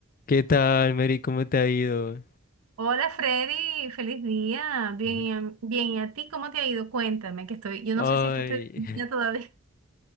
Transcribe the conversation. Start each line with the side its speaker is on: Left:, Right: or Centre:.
Left: ¿Qué tal, Mary? ¿Cómo te ha ido?
Right: Hola Freddy, feliz día. Bien,
Left: Ujú.
Right: y a- bien, ¿y a ti cómo te ha ido? Cuéntame, que estoy, yo
Left: Ay,
Right: no sé si es que estoy dormida todavía.